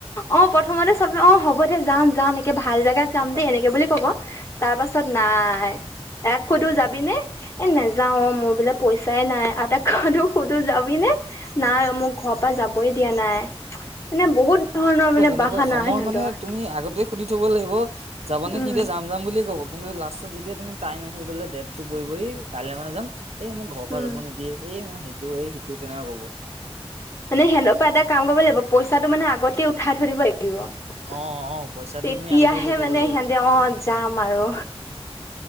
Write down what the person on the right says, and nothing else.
বৰ্তা
তেনেকৈ
সময়
মানে তুমি আগতেই সুধি থব লাগিব যাব নে
সিহতে যাম যাম বুলিয়ে ক'ব কিন্তু লাষ্টত যেতিয়া তুমি টাইম আহিবলে ডেটটো পৰিহি কাইলৈ মানে যাম এই মোক ঘৰৰ পৰা
যাব নিদিয়ে এই মোৰ সেইটো এই সেইটো তেনেকুৱা কব।
অ', অ', পইচাটো তুমি আগতে লৈ থ'ব
লাগিব